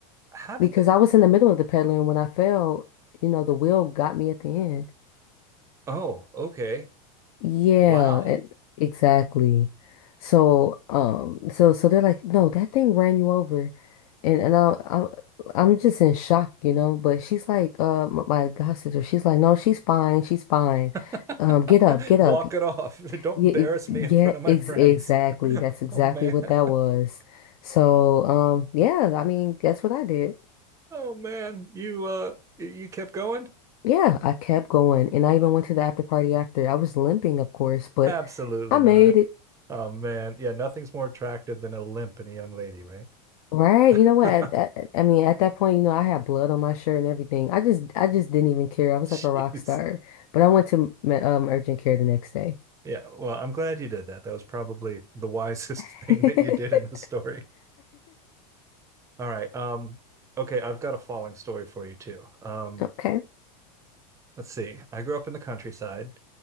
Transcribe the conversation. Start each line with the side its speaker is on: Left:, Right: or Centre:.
Right: How did
Left: because
Right: that?
Left: I was in the middle of the peddler, and when I fell, you know, the wheel got me at the end.
Right: Oh, okay.
Left: Yeah,
Right: Wow.
Left: it, exactly. So, um, so so they're like, no, that thing ran you over, and and I, I I'm just in shock, you know. But she's like, uh, m- my god sister, she's like, no, she's fine, she's fine.
Right: <laughs>
Left: Um, get up, get
Right: Walk
Left: up.
Right: it off. <laughs> Don't
Left: Yeah,
Right: embarrass
Left: it- yeah,
Right: me in front of my
Left: ex
Right: friends.
Left: exactly.
Right: <laughs>
Left: That's exactly
Right: oh man.
Left: what that was. So, um, yeah, I mean, guess what I did?
Right: Oh man. You uh you kept going?
Left: Yeah, I kept going, and I even
Right: Uh,
Left: went to the after party after. I was limping, of course, but
Right: Absolutely
Left: I made
Right: not.
Left: it.
Right: Oh man. Yeah, nothing's more attractive than a limp in a young lady, right?
Left: Right.
Right: <laughs>
Left: You know what? At that, I mean, at that point, you know, I had blood on my shirt and everything. I just, I just didn't even care. I was
Right: Jeez.
Left: like a rock star. But I went to me- um, urgent care the next day.
Right: Yeah, well, I'm glad you did that. That was probably the <laughs> wisest
Left: <laughs>
Right: thing that you did in the story. All right. Um, okay, I've got a falling story for you too. Um,
Left: Okay.
Right: let's see. I grew up in the countryside,